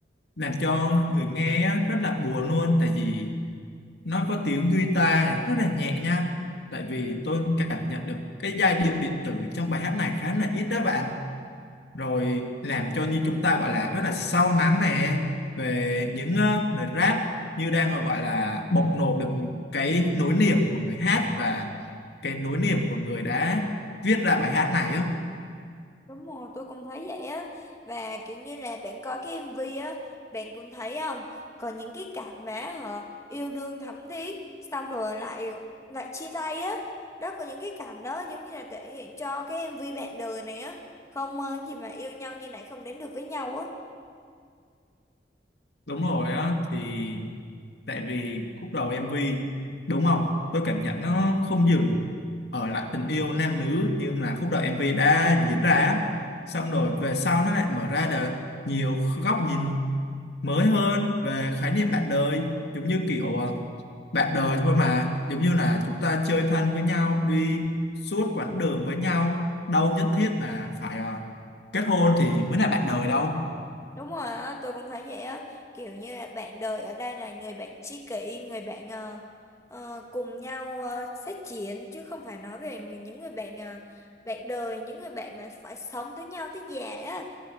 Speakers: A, on the left (about 65°); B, on the left (about 15°).
A: làm cho người nghe á, rất là buồn luôn tại vì nó có tiếng guitar này rất là nhẹ nha tại vì tôi cảm nhận được cái giai điệu điện tử trong bài hát này khá là ít đó bạn rồi làm cho như chúng ta gọi là rất là sâu lắng nè về những ờ, lời rap như đang gọi là bộc lộ được cái nỗi niềm của người hát và cái nỗi niềm của người đã viết ra bài hát này á
B: Đúng rồi, tôi cũng thấy vậy á Và kiểu như là bạn coi cái MV á Bạn cũng thấy không Còn những cái cảnh mà họ yêu đương thắm thiết Xong rồi lại lại chia tay á Đó có những cái cảnh đó giống như là thể hiện cho cái MV bạn đời này á Không ờ, gì mà yêu nhau như này không đến được với nhau á
A: đúng rồi á thì tại vì khúc đầu MV đúng không tôi cảm nhận nó không dừng ở lại tình yêu nam nữ nhưng là khúc đầu MV đã diễn ra á xong rồi về sau nó lại mở ra được nhiều góc nhìn mới hơn về khái niệm bạn đời giống như kiểu ờ, bạn đời thôi mà giống như là chúng ta chơi thân với nhau đi suốt quãng đường với nhau đâu nhất thiết là phải ờ, kết hôn thì mới là bạn đời đâu
B: Đúng rồi á, tôi cũng thấy vậy á, kiểu như là bạn đời ở đây là người bạn tri kỷ, người bạn ờ, ờ, cùng nhau ờ, phát triển chứ không phải nói về người- những người bạn ờ, bạn đời, những người bạn mà phải sống với nhau tới già á.